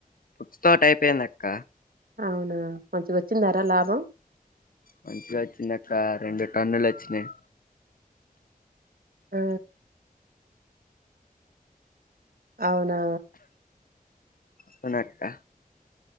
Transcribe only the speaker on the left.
పుచ్చ తోటా అయిపోయిందక్క
మంచిగ వచ్చింది అక్కా రెండు టన్నులు వచ్చినయి
వునక్కా